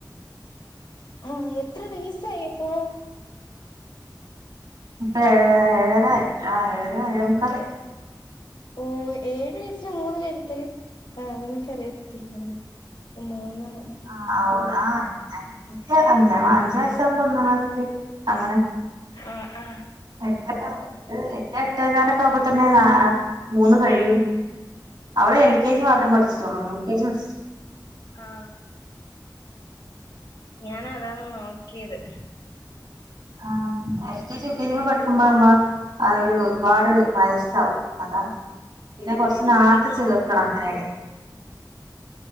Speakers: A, on the left; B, on the right.
A: ആഹ് എത്ര വയ സായപ്പോ?
B: ഇപ്പം ഏഴ ഏഴര ആഹ് ഏഴേമുക്കാലായി.
A: ഓ ഏഴു വയസിലാ മൂന്നില് ഇരുത്തല് <unintelligible>
B: ആഹ് ഓ ആ <unintelligible> ഞ്ചാകുമ്പം ഒന്നാം ക്ലാസിൽ അങ്ങനെ
A: ആ ആ ആ
B: <unintelligible> <unintelligible> എട്ടേകാലക്കെ ആവുമ്പ തന്നെ ആഹ് മൂന്ന് കഴിയും. അവളെ എൽ കെ ജി മാത്രം പഠിച്ചിട്ടുള്ളൂ യു കെ ജി പഠിച്ചിട്ടി
A: ആ ഞാന് അതാണ് നോക്കിയത്.
B: ആഹ് L. K. G, U. K. G, പഠിക്കുമ്പോ നമ്മ ഒരുപാട് വയസാവും അതാണ് പിന്നെ കൊറച്ച്
A: ആ അതില്
B: നാർത്തെ ചേർക്കണം അങ്ങനെയാണേ